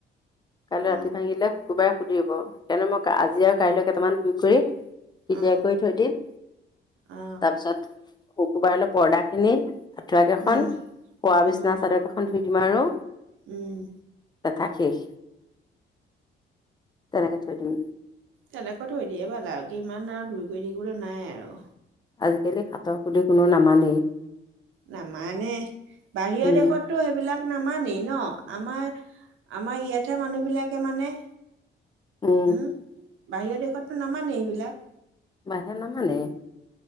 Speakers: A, on the left (about 20°); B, on the right (about 80°).
A: কাইলৈ
B: অ
A: ৰাতি ভাঙিলে শুকুৰবাৰে সুধিব সেইকাৰণে মই আজি আৰু কাইলৈ কেইটামান ধুই কৰি কলিয়াৰ
B: অ
A: কৰি থৈ দিম
B: অ
A: তাৰপিছত শুকুবাৰল পৰ্দা খিনি আঠুৱৰা কেইখন
B: উম
A: খোৱা
B: উম
A: বিচনা চাদৰ কেইখন ধুই দিম আৰু
B: উম
A: লঠ শেষ তেনেকে থৈ দিম
B: তেনেকৈ থৈ দিয়ে ভাল আৰু কি ইমান আৰু ধুই কৰি থাকিবলৈ নাই আৰু
A: আজিকালি হাতৰ খুুলি কোনো নামানেই
B: নামানে বাহিৰৰ
A: উম
B: দেশতো সেইবিলাক নামানেই ন আমাৰ আমাৰ ইয়াতহে মানুহ বিলাকে মানে
A: উম
B: হম বাহিৰৰ দেশততো নামানেই এইবিলাক
A: বা নামানে